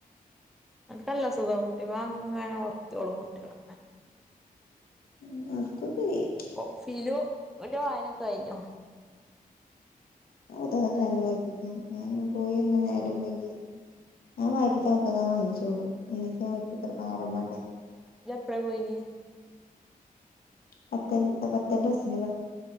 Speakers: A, in the centre; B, on the left.
A: അനക്കല്ല സുഖ കുട്ടി അങ്ങനെ ഉർക്കോളും കുട്ടികളെ
B: ഉ ഓർക്കൊക്കെ ചെയ്യും
A: ഓ ഫിലു എ വായനൊക്കെ കഴിഞ്ഞു
B: അ ത രല്ല ആയിക്കിച്ച ഞാൻ പോയി ഒന്ന് നേരമ്പക്ക് ഞാൻ വായിപ്പിച്ച മൊത്തന്നാ വായിച്ചോളൂ അതിന ആഴ്ച്ച ഇത്ര കാരഭല്ലേ
A: കപ്പ പോയിനി
B: പത്ത പത്തണ്ട് ബസ്സിന്